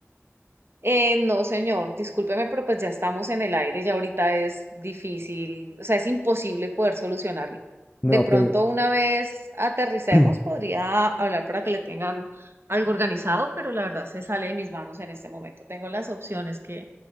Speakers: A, on the right; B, on the left.
A: Eh, no, señor, discúlpeme, pero pues ya estamos en el aire, ya ahorita es difícil, o sea, es imposible poder solucionarlo.
B: No,
A: De pronto,
B: pero
A: una vez aterricemos,
B: <clears throat>
A: podría hablar para que le tengan algo organizado, pero la verdad se sale de mis manos en este momento. Tengo las opciones que,